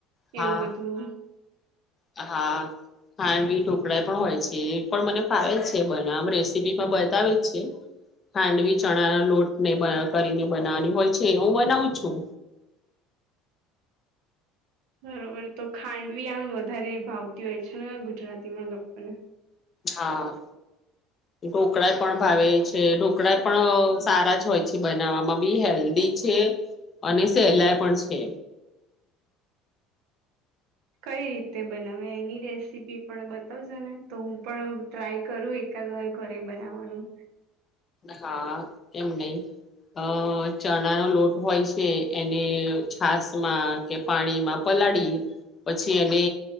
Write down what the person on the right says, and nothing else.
એવું બધું
બરોબર તો ખાંડવી આમ વધારે ભાવતી હોય છે ને ગુજરાતીમાં લોકોને
<inaudible>
કઈ રીતે બનાવે એની રેસીપી પણ બતાવજો ને તો હું પણ ટ્રાય કરું એ કાદવાર ઘરે બનાવવાનું.